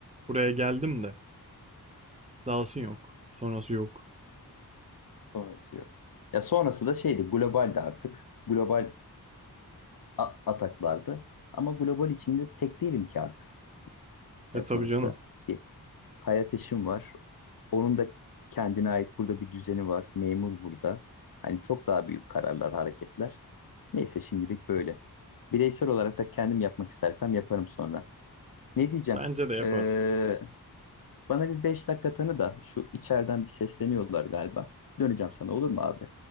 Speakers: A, on the right; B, on the left.
A: Buraya geldim de dahası yok. Sonrası yok.
B: Sonrası yok. Ya sonrası da şeydi globaldi artık. Global a- ataklardı. Ama global içinde tek değilim ki artık.
A: E
B: Ya
A: tabii
B: sonuçta
A: canım.
B: bir hayat eşim var. Onun da kendine ait burada bir düzeni var. Memur burada. Hani çok daha büyük kararlar, hareketler. Neyse şimdilik böyle. Bireysel olarak da kendim yapmak istersem yaparım sonra. Ne diyeceğim?
A: Bence de yaparsın.
B: Ee, bana bir 5 dakika tanı da şu içeriden bir sesleniyorlar galiba. Döneceğim sana olur mu abi?